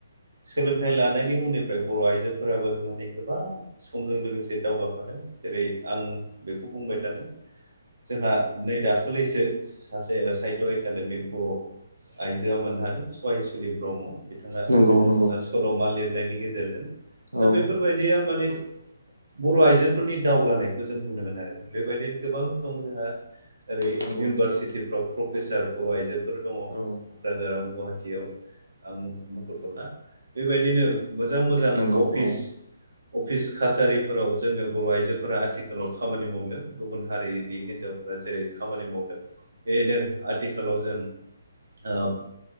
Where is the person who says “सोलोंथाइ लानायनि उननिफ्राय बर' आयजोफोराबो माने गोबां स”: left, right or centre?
Right